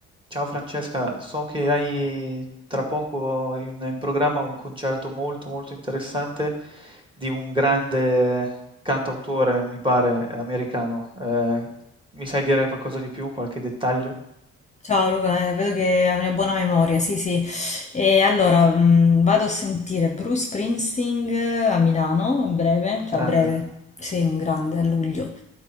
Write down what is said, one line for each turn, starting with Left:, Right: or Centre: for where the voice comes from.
Right: Ciao Francesca, so che hai tra poco in, in programma un concerto molto molto interessante di un grande cantautore, mi pare, americano. Eh, mi sai dire qualcosa di più, qualche dettaglio?
Left: Ciao Luca, eh, vedo che hai una buona memoria, sì sì. E allora, mh, vado a sentire Bruce Springsteen eh, a Milano, a breve, cioè
Right: Grande.
Left: a breve, sì, un grande, a luglio.